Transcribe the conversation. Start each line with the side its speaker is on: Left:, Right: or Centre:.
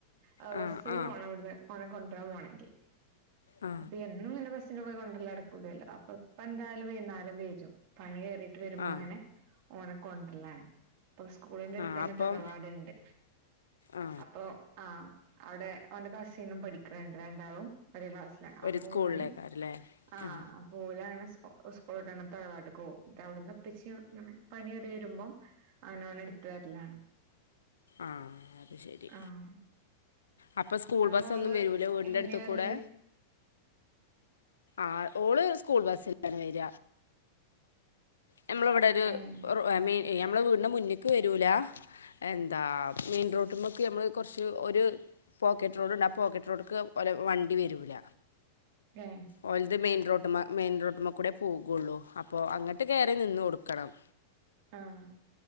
Right: ആഹ്
Left: ആ
Right: ബസ്സിന്
Left: ആ
Right: പോണം വട്ന്ന് ഓനെ കൊണ്ട്രാൻ പോണങ്കി
Left: ആ
Right: അപ്പൊ എന്നുങ്ങനെ ബസ്സിന് പോയി കൊണ്ടരല് നടക്കൂലല്ലോ അപ്പൊപ്പന്തായാലും വരും പണി കേറി ട്ട് വരുമ്പോ
Left: ആ
Right: അങ്ങനെ ഓനെ കൊണ്ടരലാണ് അപ്പൊ സ്കൂളിന്റെട്ത്തന്നെ
Left: ആ അപ്പം
Right: തറവാട്ണ്ട്
Left: ആ
Right: അപ്പൊ ആഹ്‌ അവിടെ ഓന്റെ കസിന്നും പഠിക്കണുണ്ട് രണ്ടാളും ഒേരേ ക്ലാസ് ലാണ്
Left: ഒരു
Right: അപ്പൊ
Left: സ്കൂളിലേക്കാരല്ലേ
Right: ഓന് ആഹ്
Left: ആ
Right: അപ്പ ഓലങ്ങനെ സ്കൂ സ്കൂള്ട്ട് വന്നപ്പം തറവാട്ട്ക്ക്‌ പോവും ന്നട്ട് അവിടുന്ന് ഇപ്പച്ചി പണി കേറി വരുമ്പോ അങ്ങനെ ഓനെ ഇട്ത്ത് വരലാണ്
Left: ആഹ്‌ അത് ശരി
Right: ആഹ്
Left: അപ്പം സ്കൂൾ
Right: ഇങ്ങളെ
Left: ബസ്സൊന്നും
Right: മോള്
Left: വരൂലേ വീടിന്റെ
Right: എങ്ങനെയാ
Left: അടുത്ത്
Right: വരല്
Left: കൂടെ? ആഹ്‌ ഓള് സ്കൂൾ ബസിലാണ് വെര ഞമ്മളെ ഇവടൊരു
Right: ഏഹ്
Left: റോ മെയ് ഞമ്മളെ വീടിന്റെ മുന്ന്ക്ക് വരൂല എന്താ മെയിൻ റോട്ട്മ്മക്ക് ഞമ്മള് കൊർച്ച് ഒരു പോക്കറ്റ് റോഡ്ണ്ട് ആ പോക്കറ്റ് റോട്ട്ക്ക് ഓലെ വണ്ടി വരൂല
Right: ഏഹ്
Left: ഓൽത് മെയിൻ റോട്ട്മ്മ മെയിൻ റോട്ട്മ്മ കൂടെ പോകൊള്ളൂ അപ്പൊ അങ്ങട്ട് കേറി നിന്ന് കൊടുക്കണം
Right: ആഹ്‌